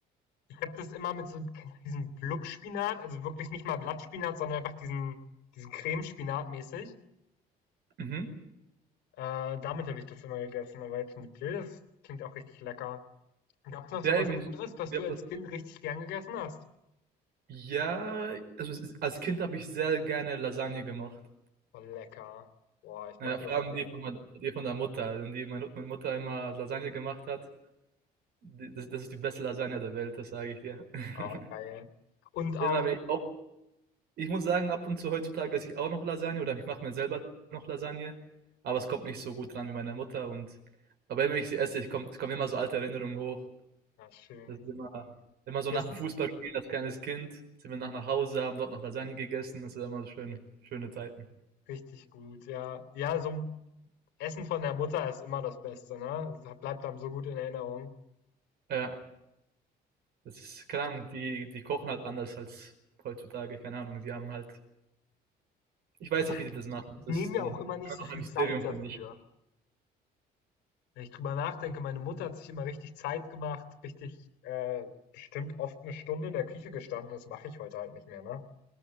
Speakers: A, on the left; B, on the right.
A: Ich habe das immer mit so kennst du diesen Gluckspinat, also wirklich nicht mal Blattspinat, sondern einfach diesen, diesen Cremespinat mäßig.
B: Mhm.
A: Äh, damit habe ich das immer gegessen, aber jetzt mit Dill, das klingt auch richtig lecker. Gab es noch
B: Ja,
A: so was
B: eben,
A: anderes,
B: ich-
A: was
B: wir
A: du
B: haben
A: als
B: das.
A: Kind richtig gern gegessen hast?
B: Ja, also es ist- als Kind habe ich sehr gerne Lasagne gemacht.
A: Boah, lecker. Boah, ich
B: Ja,
A: mag
B: vor
A: Lasagne
B: allem die
A: auch.
B: von, meiner- die von der Mutter, denn die meine, meine Mutter immer Lasagne gemacht hat. Die, das, das ist die beste Lasagne der Welt, das sage ich dir. <laughs>
A: Ah, geil. Und
B: Immer
A: auch,
B: wenn ich Ich muss sagen, ab und zu heutzutage esse ich auch noch Lasagne oder ich mache mir selber noch Lasagne, aber es kommt nicht so gut dran wie meine Mutter und aber wenn ich sie esse, ich komm, es kommen immer so alte Erinnerungen hoch.
A: ja, schön.
B: Das ist immer, immer so
A: Das
B: nach dem
A: ist
B: Fußballspielen als kleines Kind, sind wir nach nach Hause, haben dort noch Lasagne gegessen, das sind immer so schöne, schöne Zeiten.
A: richtig gut, ja. Ja, so Essen von der Mutter ist immer das Beste, ne? Das bleibt einem so gut in Erinnerung.
B: Ja, das ist, keine Ahnung, die, die kochen halt anders als heutzutage, keine Ahnung, sie haben halt, ich weiß
A: Ja,
B: nicht, wie die das machen,
A: ich
B: das
A: nehme
B: ist
A: mir
B: dann
A: auch immer nicht
B: immer
A: so
B: noch
A: viel
B: ein Mysterium
A: Zeit dafür.
B: für mich.
A: Wenn ich drüber nachdenke, meine Mutter hat sich immer richtig Zeit gemacht, richtig, äh, bestimmt oft eine Stunde in der Küche gestanden. Das mache ich heute halt nicht mehr, ne?